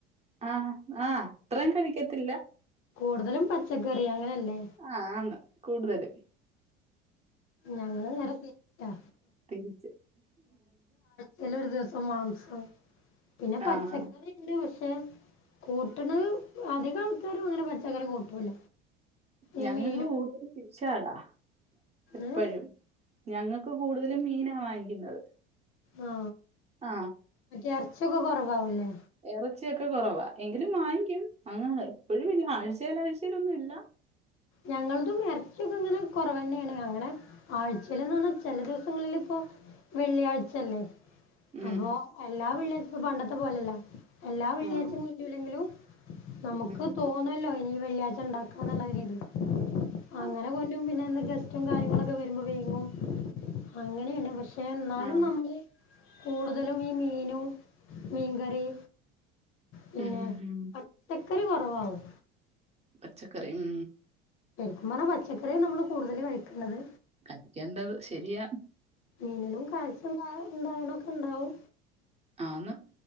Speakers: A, on the right; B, on the left.
A: ആഹ് ആ അത്രയും കഴിക്കത്തില്ല
B: കൂടുതലും പച്ചക്കറി അങ്ങനല്ലേ
A: ആഹ് ന്ന് കൂടുതലും
B: ഞങ്ങള് നേരെ തിരിച്ചാ
A: തിരിച്ച്
B: ചെല ഒരു ദിവസം മാംസം പിന്നെ പച്ചക്കറി
A: ആഹ്
B: കൂട്ട്ണ്ട് പക്ഷെ കൂട്ട്ണ് അധികം ആൾക്കാരും അങ്ങനെ പച്ചക്കറി കൂട്ടൂല ഈ
A: ഞങ്ങക്ക്
B: മീനും
A: കൂടുതലും ഫിഷാടാ എപ്പഴും
B: ഏഹ്
A: ഞങ്ങക്ക് കൂടുതലും മീനാ വാങ്ങിക്കുന്നത്
B: ആ
A: ആ
B: മറ്റേ എർച്ചിക്കെ കൊറവവുലേ
A: എറച്ചിയൊക്കെ കൊറവാ എങ്കിലും വാങ്ങിക്കും അങ്ങ് എപ്പഴും ഇല്ല ആഴ്ചേല് ആഴ്ചലൊന്നും ഇല്ല
B: ഞങ്ങൾതും എറച്ചൊക്കെ ഇങ്ങനെ കൊറവന്നെണ് അങ്ങനെ ആഴ്ചേലന്ന് പറഞ്ഞാ ചെല ദിവസങ്ങളില് പ്പോ വെള്ളിയാഴ്ചല്ലേ
A: മ്ഹ്.
B: അപ്പൊ എല്ലാ വെള്ള്യാഴ്ച്ചേം പണ്ടത്തെ പോലല്ല എല്ലാ വെള്ള്യാഴ്ച്ച
A: ആഹ്.
B: കിട്ടൂലങ്കിലും നമുക്ക്
A: മ്ഹ്.
B: തോന്നല്ലോ ഇനി വെള്ളിയാഴ്ച ഇണ്ടാക്കാന്നുള്ള ഒര്ത് അങ്ങനെ
A: ആഹ്.
B: കൊന്നും പിന്നെ എന്ത ഗസ്റ്റും കാര്യങ്ങളൊക്കെ വരുമ്പോ വേങ്ങും അങ്ങനെണ് പക്ഷേ ന്നാലും
A: ആഹ്.
B: നമ്മള് കൂടുതലും ഈ മീനും മീൻകറി പിന്നെ
A: മ്ഹ്. ഹ്. ഹ്.
B: പച്ചക്കറി കൊറവാവും
A: പച്ചക്കറി. ഉം
B: ശരിക്കും പറഞ്ഞ പച്ചക്കറിയാ നമ്മള് കൂടുതല് കഴിക്കണ്ടത്
A: കഴിക്കേണ്ടത് ശരിയാണ്
B: മീനിലും കാത്സ്യം കാണും ന്താ അയണോക്കണ്ടാവും.
A: ആന്ന്